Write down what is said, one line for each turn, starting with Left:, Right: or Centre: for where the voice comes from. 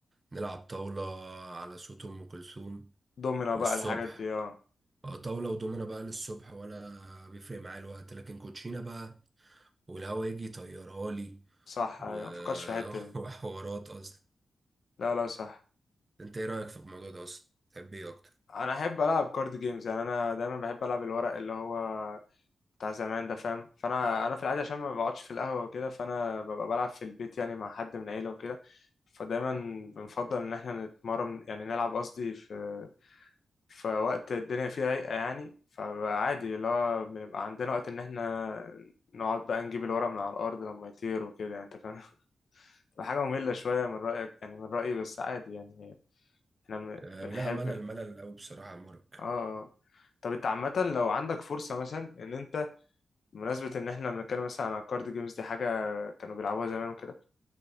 Right: نلعب طاولة على صوت أم كلثوم
Left: دومينو
Right: للصبح
Left: بقى الحاجات دي اه
Right: آه، طاولة ودومنة بقى للصبح ولا بيفرق معايا الوقت لكن كوتشينة بقى والهوا يجي يطيرها لي
Left: صح
Right: و...
Left: ايوه مفكرش في الحتة
Right: <laughs>
Left: دي
Right: وحوارات أصلا
Left: لا لا صح
Right: أنت إيه رأيك في الموضوع ده أصلا؟ تحب إيه أكتر؟
Left: انا احب العب كارد جيمز يعني انا دايما بحب العب الورق اللي هو بتاع زمان ده فاهم فانا انا في العاده عشان ما بقعدش في القهوه وكده فانا ببقى بلعب في البيت يعني مع حد من العيله وكده فدايما بنفضل ان احنا نتمرن يعني نلعب قصدي في في وقت الدنيا فيه رايقه يعني فعادي اللي هو بنبقى عندنا وقت ان احنا نقعد بقى نجيب الورق من على الارض لما يطير وكده يعني انت فاهم <laughs> تبقى حاجه ممله شويه من رايك يعني من رايي بس عادي يعني احنا
Right: أه
Left: بنحب
Right: لا ملل ملل أوي بصراحة يا مارك
Left: اه طب انت عامة لو عندك فرصة مثلا ان انت بمناسبة ان احنا بنتكلم مثلا عن الكارد جيمز دي حاجة كانوا بيلعبوها زمان وكده